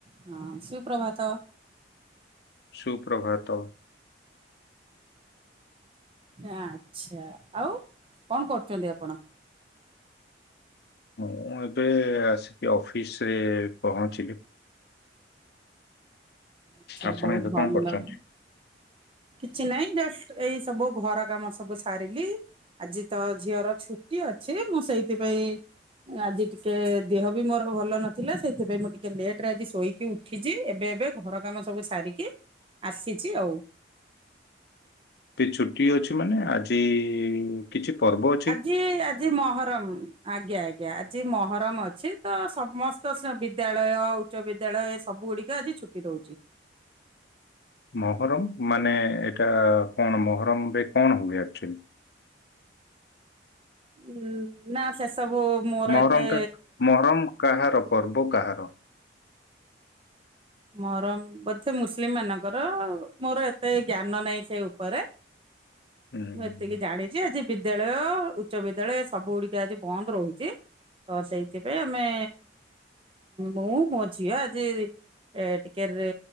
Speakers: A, on the right; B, on the left.
A: ହଁ ସୁପ୍ରଭାତ।
B: ସୁପ୍ରଭାତ।
A: ଆଚ୍ଛା ଆଉ କଣ କରୁଚନ୍ତି ଆପଣ।
B: ମୁଁ ଏବେ ଆସିକି ଅଫିସରେ ପହଞ୍ଚିଲି।
A: ଆଚ୍ଛା
B: ଆପଣ
A: ବହୁତ୍
B: ଏବେ
A: ଭଲ।
B: କଣ କରୁଛନ୍ତି?
A: କିଛି ନାଇଁ ଜଷ୍ଟ ଏଇ ସବୁ ଘର କାମ ସବୁ ସାରିଲି। ଆଜି ତ ଝିଅର ଛୁଟି ଅଛି ମୁଁ ସେଇଥିପାଇଁ। ଉଁ ଆଜି ଟିକେ ଦେହ ବି ମୋର ଭଲ ନଥିଲା ସେଇଥିପାଇଁ ମୁଁ ଟିକେ ଲେଟରେ ଆଜି ଶୋଇକି ଉ। ଉଠିଚି ଏବେ ଏବେ ଘର କାମ ସବୁ ସାରିକି ଆସିଚି ଆଉ।
B: ଟି ଛୁଟି ଅଛି ମାନେ ଆଜି କିଛି ପର୍ବ ଅଛି।
A: ଇ ଆଜି ମହରମ୍ ଆଜ୍ଞା ଆଜ୍ଞା ଆଜି ମହରମ୍ ଅଛି ତ ସମ। ତ ସବୁ ବିଦ୍ୟାଳୟ ଉଚ୍ଚ ବିଦ୍ୟାଳୟ ଏ ସବୁଗୁଡିକ ଆଜି ଛୁଟି ଦୋଉଚି।
B: ମହରମ୍ ମାନେ ଏଇଟା କଣ ମହରମରେ କଣ ହୁଏ ଆକ୍ଚୁଆଲି।
A: ଉଁ ନା ସେସବୁ ମୋର
B: ମହରମଟା
A: ଏତେ।
B: ମହରମ କାହାର ପର୍ବ କାହାର।
A: ମହରମ୍ ବୋଧେ ମୁସ୍ଲିମମାନଙ୍କର ମୋର ଏତେ ଜ୍ଞାନ ନାଇଁ ସେ ଉପରେ।
B: ହୁଁ
A: ମୁଁ
B: ହୁଁ
A: ଏତିକି ଜାଣିଚି ଆଜି। ବିଦ୍ୟାଳୟ ଉଚ୍ଚ ବିଦ୍ୟାଳୟ ସବୁଗୁଡିକ ଆଜି ବନ୍ଦ ରହୁଚି। ତ ସେଇଥିପାଇଁ ଆମେ ମୁଁ ମୋ ଝିଅ ଆଜି ଏ ଟିକେ ରେ